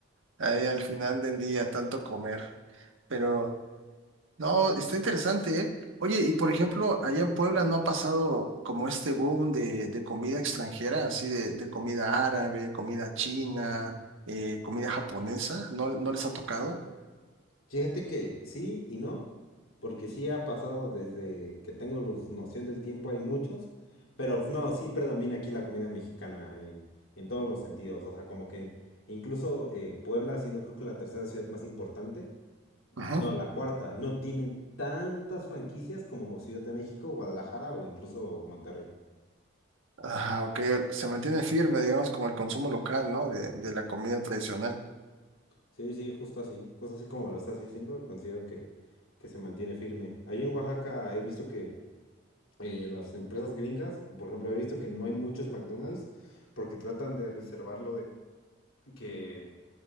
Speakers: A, on the right (about 70°); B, on the left (about 85°).
A: ahí al final del día, tanto comer. Pero no, está interesante, ¿eh? Oye, y por ejemplo, allá en Puebla no ha pasado como este boom de, de comida extranjera, así de, de comida árabe, comida china, eh, comida japonesa, ¿no, no les ha tocado?
B: Fíjate que sí y no, porque sí ha pasado desde que tengo luz- noción del tiempo, hay muchos, pero no, sí predomina aquí la comida mexicana en, en todos los sentidos, o sea, como que incluso eh, Puebla, siendo creo que la tercera ciudad más importante,
A: Ajá.
B: no, la cuarta, no tiene tantas franquicias como Ciudad de México, Guadalajara o incluso Monterrey.
A: Ah, ok, se mantiene firme, digamos, como el consumo local, ¿no? De, de la comida tradicional.
B: Sí, sí, justo así, justo así como lo estás diciendo, considero que, que se mantiene firme. Ahí en Oaxaca he visto que eh, las empresas gringas, por ejemplo, he visto que no hay muchos McDonald's porque tratan de reservarlo de que